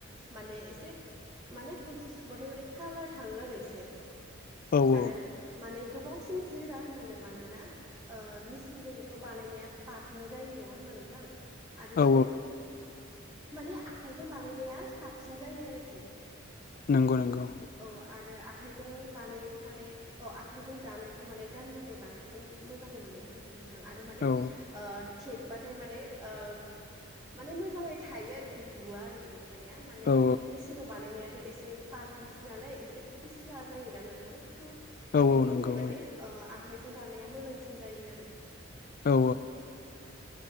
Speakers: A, on the right; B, on the left.
A: माने एसे माने खनसे सुबाथाय माने कालार थाङो आरो एसे।
B: औ औ
A: आरो माने गोबाव सिम जोरा होननांगोन मानोना मेसिनजोंथ' बानायनाया पाटनि जायो नङा होनबा नोंथां? आरो
B: औ
A: माने माने आखाइजों बानायनाया साफ सिन जायो आरोखि
B: नंगौ नंगौ
A: औ आरो आखाय जों बानायनायखौ माने अ आखाइजों दानायखौ माने गाननानै बांसिन मोजां मोनो आरोखि । आरो माने
B: औ
A: ओ थेब बाथाय माने ओ माने मोजाङै थायो आरोखि गुवा आरोखि दखनाया माने
B: औ
A: मेसिनाव बानायनायाथ' एसे पाटनि जि नालाय एसे फिस्ला जायोना नोंथां थ
B: औ
A: बेनि
B: औ
A: थाखाय
B: नंगौ
A: माने ओ आखाइजों दानाया मोजांसिन जायो आरो
B: औ